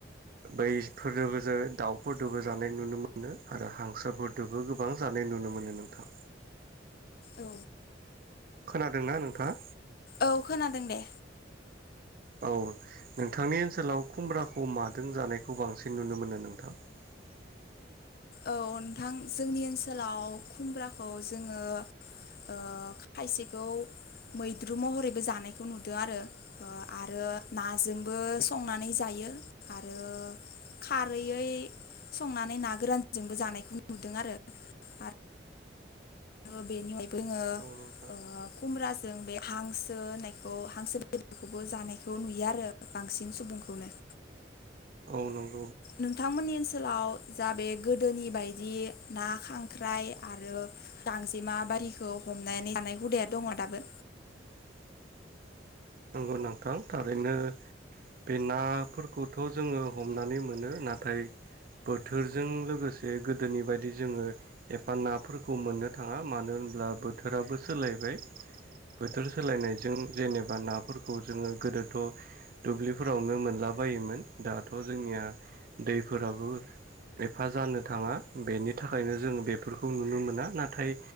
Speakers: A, on the right (about 50°); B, on the left (about 55°).
A: बैफोरजोंबो जो दाउफोरदोबो जानाय नुनो मोनो आरो हांसोफोरदोबो गोबां जानाय नुनो मोनो नोंथां
B: औ
A: खोनादोंना नोंथाङा
B: औ खोनादों दे
A: औ नोंथांनि ओनसोलाव खुमब्राखौ मादों जानायखौ बांसिन नुनो मोनो नोंथां <unintelligible>
B: औ नोंथां जोंनि ओनसोलाव खुमब्राखौ जोङो ओ खायसेखौ मैद्रु महरैबो जानायखौ नुदों आरो ओ आरो नाजोंबो संनानै जायो आरो खारैयै संनानै ना गोरान जोंबो जानाय नुदों आरो आ- रो बेनि अनगायैबो जोङो
A: औ नोंथां
B: ओ खुम्रा जों बे हांसो होननायखौ हांसो बेदरखौबो जानायखौ नुयो आरो बांसिन सुबुंखौनो
A: औ नं-
B: नोंथांमोननि ओनसोलाव जा बे गोदोनि बायदि ना खांख्राइ आरो गांजेमा बारिखौ हमनानै नाय हुदाया दङ दाबो
A: <unintelligible> नंगौ नोंथां थारैनो बे नाफोरखौथ जोङो हमनानै मोनो नाथाय बोथोरजों लोगोसे गोदोनि बादि जोङो एफा नाफोरखौ मोननो थाङा मानो होमब्ला बोथोराबो सोलायबाय बोथोर सोलायनायजों जेनेबा ना फोरखौ जोङो गोदोथ' दुब्लिफोरावनो मोनला बायोमोन दाथ' जोंनिया दैफोराबो एफा जानो थाङा बेनि थाखायनो जों बेफोरखौ नुनो मोना नाथाय